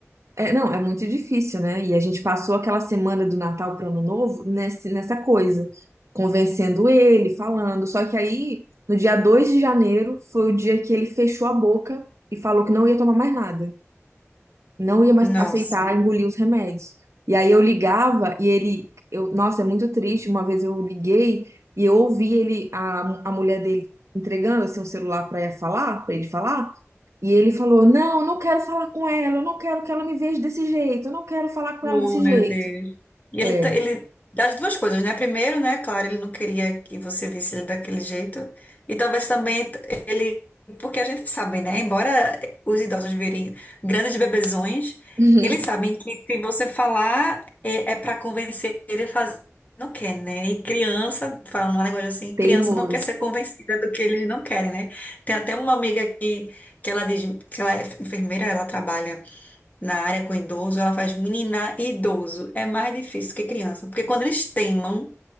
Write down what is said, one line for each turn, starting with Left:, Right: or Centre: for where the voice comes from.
Right: É, não, é muito difícil, né? E a gente passou aquela semana do Natal para o Ano Novo nesse, nessa coisa, convencendo ele, falando. Só que aí, no dia 2 de janeiro, foi o dia que ele fechou a boca e falou que não ia tomar mais nada, não ia mais
Left: Nossa.
Right: aceitar engolir os remédios. E aí eu ligava e ele, eu, nossa, é muito triste. Uma vez eu liguei e eu ouvi ele, a, a mulher dele entregando assim, o celular para falar, para ele falar. E ele falou: Não, eu não quero falar com ela, eu não quero que ela me veja desse jeito, eu não quero falar com
Left: Oh,
Right: ela desse
Left: meu
Right: jeito.
Left: Deus. E ele,
Right: É,
Left: tá- ele das duas coisas, né? Primeiro, né? Claro, ele não queria que você visse ele daquele jeito. E talvez também t- ele, porque a gente sabe, né? Embora os idosos virem grandes bebezões,
Right: uhum,
Left: eles sabem que se você falar é, é para convencer ele a fazer, não quer, né? E criança, falando um negócio assim,
Right: teimoso.
Left: criança não quer ser convencida do que eles não querem, né? Tem até uma amiga que, que ela diz que ela é enfermeira, ela trabalha na área com idoso, ela faz menina e idoso. É mais difícil que criança, porque quando eles teimam,